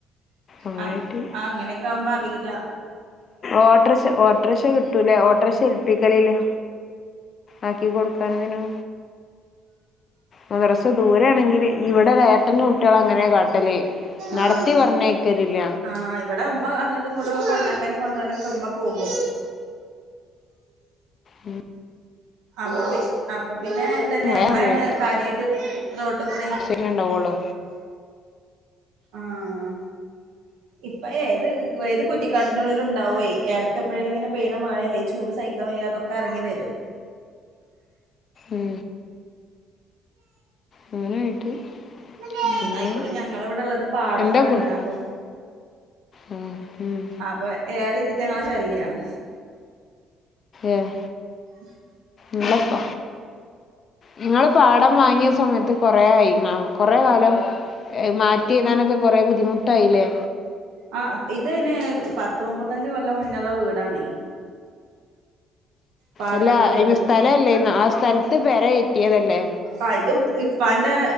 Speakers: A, on the left; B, on the right.
A: അങ്ങനായിട്ട്
B: ആ അങ്ങനെക്കെ ആകുമ്പ അറില്ല
A: ഓട്ടക്ഷ ഓട്ടക്ഷ കിട്ടൂല്ലേ ഓട്ടക്ഷ ഏൽപ്പിക്കലില്ലേ ആക്കി കൊട്ക്കാനെന്നു. മദ്രസ് ദൂരെണെങ്കിൽ ഇവിടെവേറെ ഇപ്പന്റെ കുട്ടിയാളെ അങ്ങനെകാട്ടല് നടത്തിപറഞ്ഞേക്കലില്ല.
B: ആഹ് ആഹ് ഇവടെ ഇമ്മഅങ്ങടുംഇങ്ങടും കൊണ്ടാക്കാനും കൊണ്ടരനൊക്കെ ഇമ്മപോകും.
A: ഉം
B: അപ്പെച്ച് അപ്പൊ പിന്നെ ഇതെന്നെ
A: മഴ
B: ഉമ്മെണ്
A: ആകുമ്പോഴേ
B: കാര്യമായിട്ട് റോട്ട്കുടിം
A: ട്ടേണ്ടാവൊള്ളൂ
B: ആഹ് ഇപ്പഏത് ഏത് കുറ്റിക്കാടിന്റെള്ളിലും ഇണ്ടാവേ എടക്കപ്പഴേലും ഇങ്ങനെ പെയ്യ്ണ മഴയല്ലേചൂട് സഹിക്കാൻയ്യാതൊ എറങ്ങി വെരും.
A: ഉം അങ്ങനെ ആയിട്ട്
B: ഉം
A: പിന്നെ
B: അയ്ക്കുടെ ഞങ്ങളഇവിടെള്ളത് പാ പാടത്താണ്
A: എന്താ കൊ-
B: അപ്പം
A: ആ, ഉം.
B: അപൊ ഏറെഇതിറ്റങ്ങളെശല്യാണ്.
A: ഏഹ്
B: <inaudible>
A: ഇങ്ങളെപ്പ നിങ്ങൾപാടം വാങ്ങിയസമയത്ത് കുറായിമാ കൊറെകാലംമാറ്റി ഏ എയുതാനൊക്കെ കൊറെബുദ്ധിമുട്ട് ട്ടായ്ലേ
B: ആഹ് ഇത്ന്നെ പത്ത് മുപ്പത്തഞ്ച് കൊല്ലം മുന്നള്ളവീടാണേ പാടത്തുള്ള
A: അല്ല അയ്ന്
B: വീട്
A: സ്ഥലല്ലേയ്നോ ആ സ്ഥൽത്ത് പെരകയറ്റിയതല്ലേ?
B: ആഹ് ഇത്പ്പ ഇപ്പാന്റെ